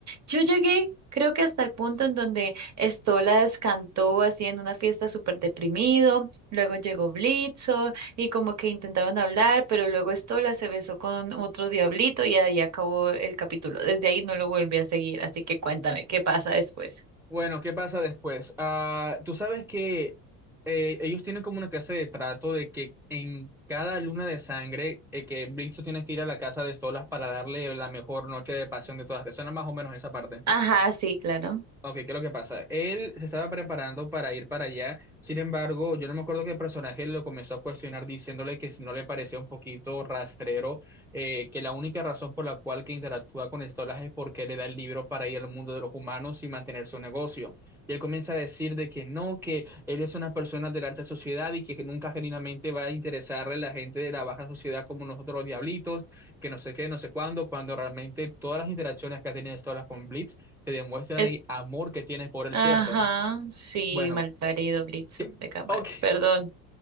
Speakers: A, on the right; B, in the centre.
A: Yo llegué, creo que hasta el punto en donde Stolas cantó así en una fiesta súper deprimido, luego llegó Blitzo, y como que intentaron hablar, pero luego Estola se besó con otro diablito y ahí acabó el capítulo. Desde ahí no lo volví a seguir, así que cuéntame, ¿qué pasa después?
B: Bueno, ¿qué pasa después? Ah, tú sabes que eh, ellos tienen como una clase de trato de que en cada luna de sangre, eh, que Blitzo tiene que ir a la casa de Stolas para darle la mejor noche de pasión de todas. ¿Te suena más o menos esa parte?
A: Ajá, sí, claro.
B: Ok, ¿qué es lo que pasa? Él se estaba preparando para ir para allá, sin embargo, yo no me acuerdo que el personaje lo comenzó a cuestionar diciéndole que si no le parecía un poquito rastrero, eh, que la única razón por la cual que interactúa con Stolas es porque le da el libro para ir al mundo de los humanos y mantener su negocio. Y él comienza a decir de que no, que él es una persona de la alta sociedad y que nunca genuinamente va a interesarle a la gente de la baja sociedad como nosotros los diablitos, que no sé qué, no sé cuándo, cuando realmente todas las interacciones que ha tenido Stolas con Blitz te demuestran
A: Es-
B: el amor que tienes por él,
A: ajá,
B: ¿cierto?
A: sí,
B: Bueno,
A: malparido Blitzo
B: que-
A: de Camargo,
B: ok,
A: perdón.